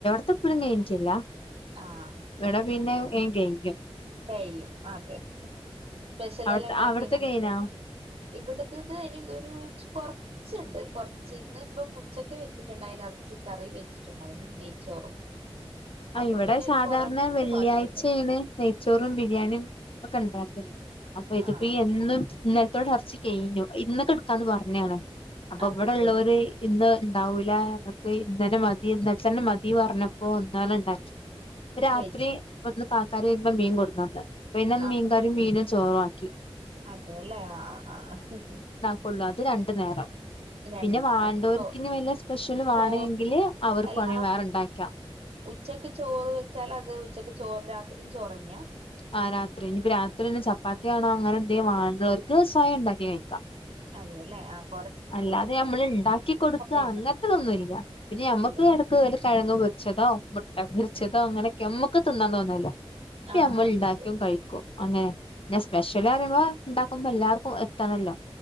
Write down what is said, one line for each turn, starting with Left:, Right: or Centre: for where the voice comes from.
Left: ത്തെ പ്പളും കെയ്ഞ്ഞ്റ്റില്ല.
Right: ആഹ്
Left: വടെ പിന്നെ വേം കെയ്യും
Right: കെയ്യും. അതെ സ്പെഷ്യലെല്ലാംണ്ടാക്കീന്നോന്നിട്ട്?
Left: അവി അവിടത്തെ കഴിഞ്ഞോ
Right: ഇവിടത്തത് ഇനീ ഒരു ചു കൊറ ച്ച്ണ്ട് ഒര് കൊർച്ച് ഇന്ന് ഇപ്പം ഉച്ചക്ക് വെച്ചിട്ടുണ്ടായിന് എർച്ചി കറി വെച്ചിട്ടുണ്ടായിന് നെയ്ച്ചോറും
Left: ആഹ്
Right: അപ്പം
Left: ഇവടെ
Right: പിന്നെ ഒരു
Left: സാധാര്ണെ
Right: കൊറച്ച്
Left: വെള്ളിയാഴ്ചേണ്
Right: ബാക്കിയുണ്ട്
Left: നെയ്ച്ചോറും ബിരിയാണിം ഒക്കെണ്ടാക്കല് അപ്പൊ ഇത്പ്പോ
Right: ആഹ്
Left: ഈ എന്നും ഇന്ന ൽത്തോടെ എർച്ചി കെയ്ഞ്ഞു ഇന്നൊക്ക്ട്ക്കാന്ന് പർഞ്ഞാണ് അപ്പൊ
Right: അത്
Left: വ്ടെള്ളോര്
Right: ശരി
Left: ഇന്ന് ണ്ടാവൂലാ മക്ക് ഇന്നന്നെ മതി ഇന്നൽത്തന്നെ മതി പർഞ്ഞപ്പോ ന്നലെണ്ടാക്കി. രാത്രി
Right: വെച്ച്
Left: ഇവട്ന്ന് കാക്കാര് വരുമ്പോ മീൻ കൊട്ന്നന്ന്. പിന്നെ
Right: ആ
Left: മീൻകറിം മീനും ചോറു ആക്കി
Right: അതെല്ലേ ആഹ്, ആഹ്, ആഹ്, ആഹ്
Left: കൊള്ളു അത് രണ്ട് നേരം.
Right: രണ്ടു
Left: പിന്നെ
Right: നേരം
Left: വാണ്ടോരിക്കിഞ്ഞ്
Right: അപ്പൊ ചോ
Left: വല്ല സ്പെഷ്യലും
Right: ചോ
Left: വാണേങ്കില് അവർക്ക്
Right: എല്ലാം
Left: വേണെങ്കിൽ വേറെണ്ടായ്ക്കാം.
Right: ഉച്ചക്ക് ചോറ് വെച്ചാൽ അത് ഉച്ചക്ക് ചോറ് രാത്രിം ചോറെന്ന്യാ.
Left: ആഹ്, രാത്രി ഇഞ്ഞ് പ്പോ രാത്രി തന്നെ ചപ്പാത്തിയാണോ അങ്ങനെ എന്തേം വാണ്ടോര്ക്ക് സ്വയണ്ടാക്കി കഴിക്കാം.
Right: അതെല്ലെ ആഹ്
Left: അല്ലാതെ ഞമ്മള് ണ്ടാക്കി കൊട്ക്കാ
Right: കൊറേ ഉണ്ടോ
Left: അങ്ങൻത്തതൊന്നുല്ല്യ. പിന്നെ ഞമ്മക്ക്
Right: ഇല്ലല്ലേ
Left: എടക്ക് വല്ല കെഴങ്ങ് പൊര്ച്ചതോ മുട്ട പൊരിച്ചതോ അങ്ങനൊക്കെ അമ്മക്ക് തിന്നാൻ തോന്നേല്ല്യ. പ്യ
Right: ആഹ്
Left: അമ്മൾ
Right: അത്
Left: ണ്ടായ്ക്കും
Right: ശരി
Left: കഴിക്കും. അങ്ങനെ പിന്നെ സ്പെഷ്യല്റയുമ്പോ ണ്ടാക്കുമ്പോ എല്ലാർക്കും എത്തണല്ലോ